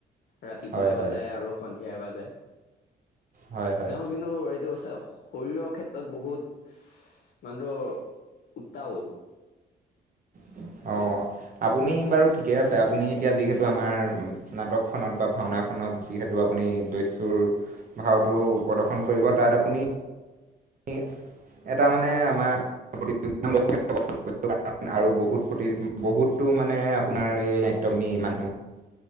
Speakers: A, on the left; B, on the right.
A: ৰাতিপুৱা
B: হয়
A: এবাৰ
B: হয়।
A: যায় আৰু সন্ধিয়া এবাৰ যায়।
B: হয় হয়
A: তেওঁ কিন্তু এইটো শৰীৰৰ ক্ষেত্ৰত বহুত মানু্হটো উটাউল।
B: উ অ', আপুনি বাৰু ঠিকে আছে, আপুনি এতিয়া যিহেতু আমাৰ নাটকখনত বা ভাওনাখনত যিহেতু আপুনি দস্যুৰ ভাওটো প্ৰদৰ্শন কৰিব তাত আপুনি ই এটা মানে আমাৰ প্ৰতিযোগ <inaudible> <unintelligible> আৰু বহুত প্ৰতিযোগি বহুতো মানে আপোনাৰ এই নাত্তিয় আমি মানুহ <inaudible>